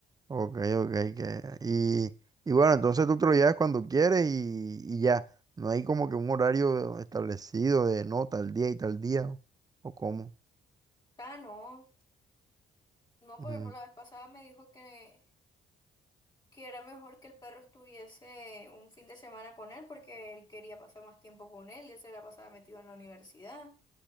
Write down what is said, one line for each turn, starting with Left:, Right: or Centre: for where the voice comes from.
Right: ok, ok. que- Y, y bueno, entonces tú te lo llevas cuando quieres y, y ya. No hay como que un horario establecido de no, tal día y tal día o, o cómo.
Left: Ah, no. No,
Right: Mm,
Left: por ejemplo, la vez pasada me dijo que que era mejor que el perro estuviese un fin de semana con él porque él quería pasar más tiempo con él y él se la pasaba metido en la universidad.